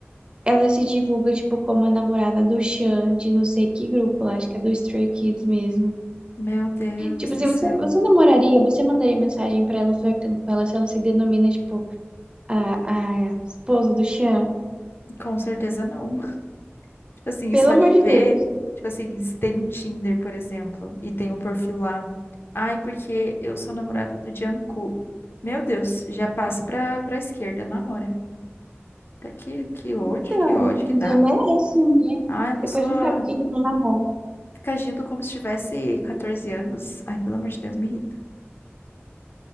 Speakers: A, on the right; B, on the left.
A: Ela se divulga, tipo, como a namorada do Xan, de não sei que grupo lá, acho que é do Stray Kids mesmo.
B: Meu Deus
A: Tipo
B: do
A: assim,
B: céu.
A: você, você namoraria, você mandaria mensagem pra ela flertando com ela se ela se denomina, tipo. a, a esposa do Sean.
B: Com certeza não. Tipo assim,
A: Pelo
B: só
A: amor
B: de ver,
A: de Deus,
B: tipo assim, se tem um Tinder, por exemplo, e tem um perfil lá. Ai, porque eu sou namorada do Jungkook. Meu Deus, já passo pra, pra esquerda na hora. Tá, Que, que ódio,
A: então,
B: que ódio que
A: ninguém
B: dá.
A: merece, né?
B: Ai, a pessoa
A: Depois não sabe por que ele não namora.
B: fica agindo como se tivesse 14 anos. Ai, pelo amor de Deus, me irrita.